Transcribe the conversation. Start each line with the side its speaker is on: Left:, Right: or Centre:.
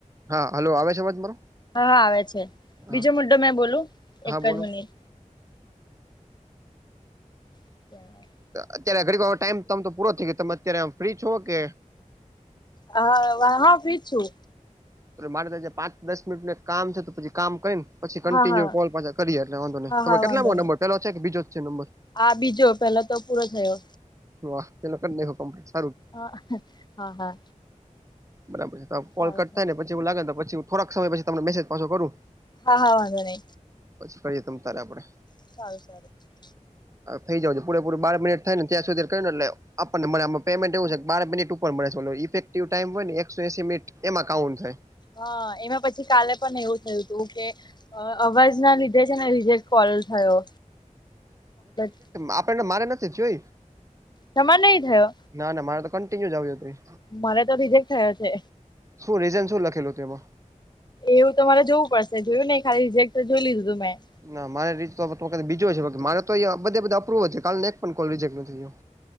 Right: હા હાલો આવે છે, અવાજ મારો?
Left: હા આવે છે, બીજો
Right: હા
Left: મુદ્દો મેં બોલું
Right: હા
Left: એક જ
Right: બોલો
Left: મિનિટ <unintelligible>
Right: અત્યારે ઘડી ટાઈમ તમતો પૂરો થઈ ગયો તમે અત્યારે ફ્રી છો કે?
Left: હા વા હ ફ્રી જ છું.
Right: મારે ત પાંચ દસ મિનિટનુ કામ છે, તો પછી કામ કરીને પછી કન્ટિન્યુ
Left: હા હા
Right: કોલ પાછા કરીએ એટલે વાંધો નહીં
Left: હા
Right: ત
Left: હા
Right: કેટલા
Left: વાંધો
Right: બ નંબર
Left: નહી
Right: પેલો છે, કે બીજો જ છે, નંબર?
Left: આ બીજો પેલા તો પૂરો થયો.
Right: વાહ <unintelligible>
Left: હા, હા, હા
Right: બરાબર છે, કોલ
Left: સારું
Right: કટ
Left: સારું
Right: થાયને પછી એવુ લાગે ત પછી થોડાક સમય પછી તમ મેસેજ પાછો કરું.
Left: હા હા વાધો નય
Right: પછી કરીએ તમ તારે આપડે
Left: <unintelligible>
Right: થઈ જાવજ પૂરેપૂરી બાર મિનિટ થાય ને ત્યાં સુધી <unintelligible> આપણને મણે આમાં પેમેન્ટ એવું છે, કે બાર મિનિટ ઉપર મળે છેલો ઇફેક્ટિવ ટાઈમ હોય ને એકસો એસી મિનિટ એમાં કાઉન્ટ થાય.
Left: હા એમાં પછી કાલે પણ એવું થયું હતું કે અ અવાજ ના લીધે છે, ને રિજેક્ટ કોલ થયો <unintelligible>
Right: આપડને મારે નથી જોય.
Left: જમા નહી થયો.
Right: ના ના મારે તો કન્ટિન્યુ આવયોત્રી
Left: મરે તો રીજેક થયો છે.
Right: શું રીઝન શું લખેલું તેમાં?
Left: એવું તમારે જોવું પડશે જોયું ને ખાલી રિજેક્ટ જોઈ લીધું તું મેં
Right: ના મારી <unintelligible> બીજો છે, મારે તો બધે બધા અપ્રવ છે, કાલનો એક પણ કોલ રજેક્ટ નથીયો